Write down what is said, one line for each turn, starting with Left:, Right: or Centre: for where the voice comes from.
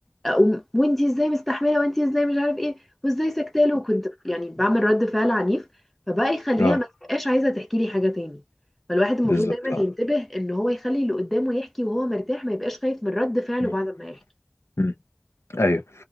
Centre: أقوم وانتي ازاي مستحمله وانتي ازاي مش عارف ايه وازاي سكتاله وكنت يعني بعمل رد فعل عنيف فبقى يخليها
Left: اه
Centre: ما تبقاش عايزه تحكي لي حاجه تاني فالواحد المفروض
Left: بالظبط
Centre: دايما
Left: اه
Centre: ينتبه ان هو يخلي اللي قدامه يحكي وهو مرتاح ما يبقاش خايف من رد فعله
Left: امم
Centre: بعد ما يحكي
Left: امم. ايوه